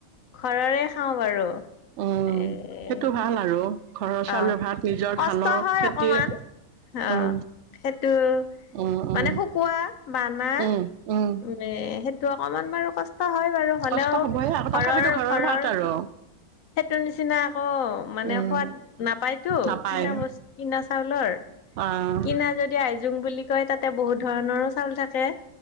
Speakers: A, on the left; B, on the right.
A: ঘৰৰে খাওঁ বাৰু।
B: অঁ
A: এ
B: সেইটো ভাল আৰু। ঘৰৰ চাউলৰ
A: অ,
B: ভাত নিজৰ
A: কষ্ট
B: ধানৰ
A: হয়
B: খেতি
A: অকমান। অহ
B: উম,
A: সেইটো
B: উম, উম,
A: মানে শুকুৱা বানা
B: উম, উম,
A: উ, এ সেইটো অকমান বাৰু কষ্ট হয় বাৰু, হ'লেও
B: কষ্ট হ'বই আকৌ
A: ঘৰৰ
B: তথাপিতো
A: ঘৰৰ।
B: ভাত আৰু
A: সেইটো নিচিনা আকৌ মানে
B: উম,
A: সোৱাদ। নাপাই টো
B: নাপায়
A: কিনা বস্তু কিনা চাউলৰ
B: অ',
A: কিন <unintelligible> যদি আইজোং বুলি কয়, তাতে বহুত ধৰণৰো চাউল থাকে।